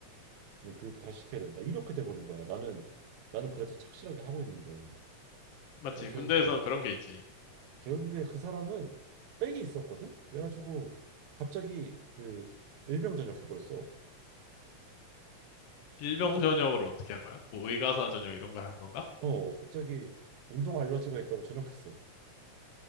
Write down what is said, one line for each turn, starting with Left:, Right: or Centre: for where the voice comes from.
Right: 쟤네 교육 다시 시켜야 된다. 이렇게 돼 버린 거야. 나는 나는 그래도 착실하게 하고 있는데.
Left: 맞지?
Right: 근데 결,
Left: 군대에선 그런 게 있지.
Right: 결국에 그 사람은 백이 있었거든. 그래가지고 갑자기 그 일병 전역해 버렸어.
Left: 일병
Right: 혼자
Left: 전역을 어떻게 한 거야? 뭐 의가사 전역 이런 걸 한 건가?
Right: 어 갑자기 운동 알러지가 있다고 전역했어.